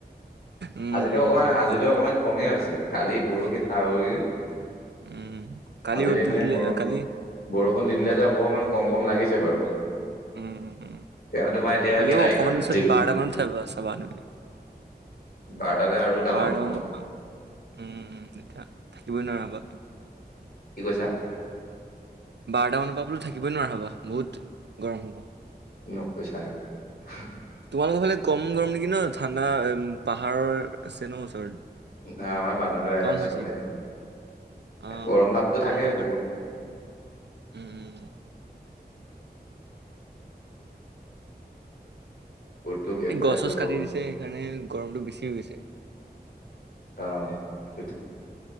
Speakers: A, on the right; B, on the left.
A: উম,
B: আজিতো
A: উম,
B: অকমান, আজিতো
A: হয় বাৰু।
B: অকমান কমেই হৈছে, কালি পৰশি তাৰ আগৰগিদিন
A: উম, কালি
B: আজিলৈ
A: ৰ'দটো
B: মানে
A: দিলে
B: বৰ,
A: আহ, কালি
B: বৰষুণ
A: উম,
B: দি দিলে যে অকমান গৰম গৰম লাগিছে বাৰু।
A: উম, উম।
B: তেওঁ তোমাৰ এতিয়া
A: হ'লেও
B: কেইটা,
A: অকমান
B: এঘাৰটাত
A: পিছত
B: দিন।
A: বাৰটা মানত চাবা চাবা তুমি
B: বাৰতালে আৰু ডাঙৰ
A: বাৰটা
B: হ'ব।
A: মানৰ পৰা উম, এতিয়া থাকিবই নোৱাৰা হ'ব।
B: কি কৈছা?
A: বাৰটামানৰ পৰা বোলো থাকিবই নোৱাৰা হ'বা, বহুত গৰম হ'ব।
B: নকৈছা আৰু।
A: তোমালোকৰ ফালে কম গৰম নেকি ন? ঠাণ্ডা পাহাৰৰ আছে ন ওচৰত।
B: না আমাৰ বান্দৰদেৱাৰ এইয়া
A: কম
B: ওচৰত
A: হয় চাগে
B: হে।
A: অ',
B: গৰম ভাৱটো
A: কম
B: থাকেই
A: হ'ব পাৰে
B: বহুত।
A: উম, উম, উম।
B: ৰ'দটো একো
A: এই
B: এটা
A: গছ
B: কৰিব
A: চছ কাটি দিছে, সেইকাৰণে গৰমটো বেছি হৈ গৈছে।
B: অহ, সেই।